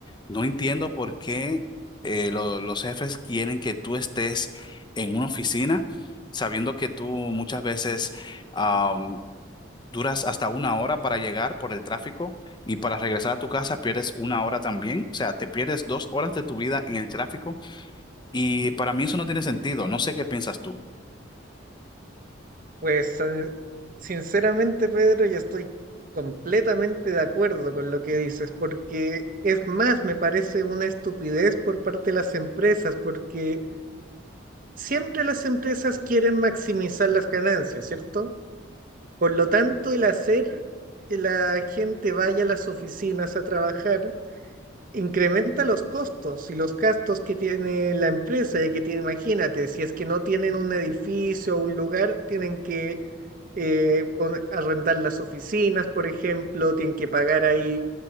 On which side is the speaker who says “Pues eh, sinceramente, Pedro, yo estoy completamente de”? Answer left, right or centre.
Right